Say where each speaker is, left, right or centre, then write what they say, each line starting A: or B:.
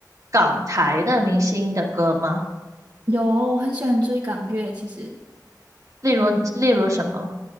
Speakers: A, on the right (about 50°); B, on the right (about 65°).
A: 港台的明星的歌吗？
B: 有，我很喜欢追港乐，其实
A: 例如，例如什么？